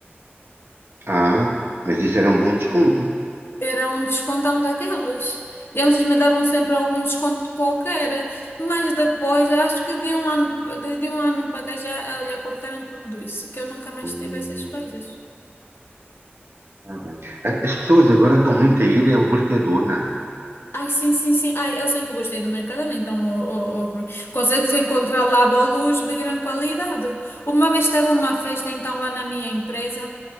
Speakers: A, on the right (about 65°); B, on the left (about 65°).
A: Ah, mas isso era um bom desconto.
B: Era um descontão daqueles. Eles me davam sempre algum desconto qualquer, mas depois, acho que de um ano, de, de um ano para cá já, olha, cortaram tudo isso, que eu nunca mais
A: Hum,
B: tive essas coisas.
A: tá bem. A- As pessoas agora estão muito a ir ao Mercadona.
B: Ai, sim, sim, sim. Ai, eu sempre gostei do Mercadona, então, ó, ó, ó, Rui, consegues encontrar lá bolos de grande qualidade. Uma vez teve uma festa, então, lá na minha empresa,